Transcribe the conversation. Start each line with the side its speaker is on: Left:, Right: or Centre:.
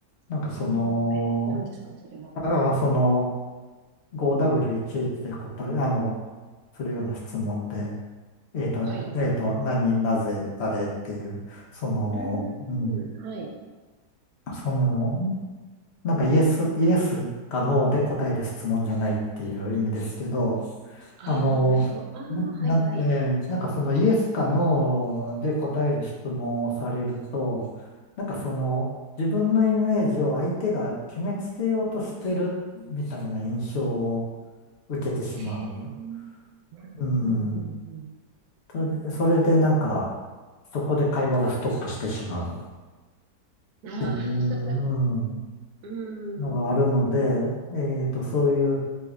Left: なんかその、
Right: もう、え、何ですか、それは。
Left: ああ、その、5W1H で答え、あの、するような質問で、えっと、
Right: はい。
Left: えっと、何、なぜ、誰っていう、その、
Right: うー
Left: うん、
Right: ん、はい。
Left: その、なんかイエス、イエスかノーで答える質問じゃないっていう意味ですけど、
Right: ああ、
Left: あの、
Right: なるほど。ああ、
Left: な、
Right: はい、
Left: なえーなんかそのイエスかノーで答える質問をされると、
Right: はい。
Left: なんかその自分のイメージを相手が決めつけようとしてるみたいな印象を受けてしまう。
Right: へえ、うん
Left: うん。
Right: うんうん
Left: それで、それでなんかそこで会話がストップしてしまうっ
Right: うん。ああ、
Left: ていううん
Right: <laughs> う
Left: のがあるので、
Right: ん。
Left: えっと、そういう、